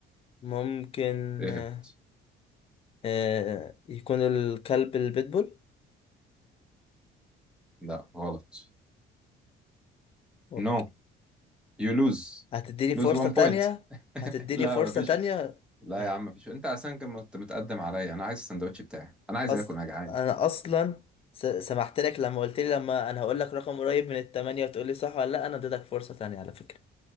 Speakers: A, on the left; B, in the centre.
A: ممكن
B: اهبط
A: آه، آه، يكون الكلب البيتبول
B: لا غلط
A: أوكي
B: نو يو لوز
A: هتديني فرصة
B: لوز 1
A: تانية
B: بوينت <laughs>
A: هتديني
B: لا
A: فرصة
B: مفيش
A: تانية
B: لا
A: ماشي.
B: يا عم مفيش انت اصلا كنت متقدم عليا انا عايز السندوتش بتاعي انا عايز
A: أص...
B: اكل انا جعان
A: أنا أصلا س... سمحت لك لما قلت لي لما أنا هقول لك رقم قريب من التمانية وتقول لي صح ولا لأ أنا اديتك فرصة تانية على فكرة